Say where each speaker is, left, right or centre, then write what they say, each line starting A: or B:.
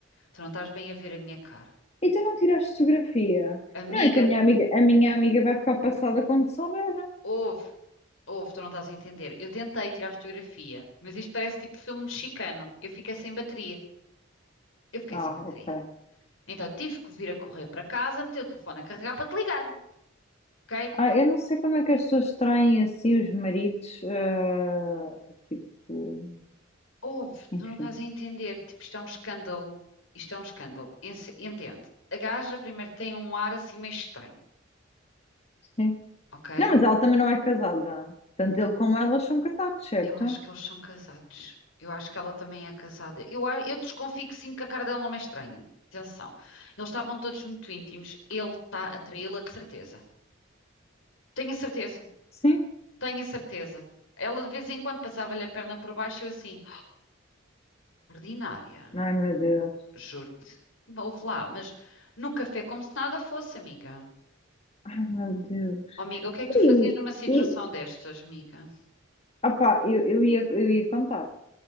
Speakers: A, on the left (about 75°); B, on the left (about 30°).
A: Tu não estás bem a ver a minha cara.
B: e tu não tiraste fotografia?
A: Amiga,
B: Não é que a minha amiga, a minha amiga vai ficar passada quando souber.
A: Houve, houve, tu não estás a entender. Eu tentei tirar fotografia, mas isto parece tipo filme mexicano. Eu fiquei sem bateria. Eu fiquei
B: Ah,
A: sem bateria.
B: ok.
A: Então tive que vir a correr para casa, meter o telefone a carregar para te ligar, ok?
B: Ah, eu não sei como é que as pessoas traem assim os maridos, ah, tipo,
A: Houve,
B: enfim,
A: tu não estás a entender. Tipo, isto é um escândalo. Isto é um escândalo. Ence- Entende? A gaja primeiro tem um ar assim meio estranho,
B: sim.
A: ok?
B: Não, mas ela também não é casada. Tanto ele como ela são casados, certo?
A: Eu acho que eles são casados. Eu acho que ela também é casada. Eu, a- eu desconfio que sim, que a cara dela não é estranha. Atenção. Eles estavam todos muito íntimos. Ele está a traí-la de certeza. Tenho a certeza.
B: Sim.
A: Tenho a certeza. Ela de vez em quando passava-lhe a perna por baixo e eu assim, ordinária,
B: Ai, meu Deus.
A: juro-te. Houve lá, mas no café como se nada fosse, amiga.
B: Ai, meu Deus.
A: Oh, amiga, o que é que tu
B: E,
A: fazias numa situação
B: e,
A: destas, amiga?
B: Ah pá, eu, eu ia, eu ia contar.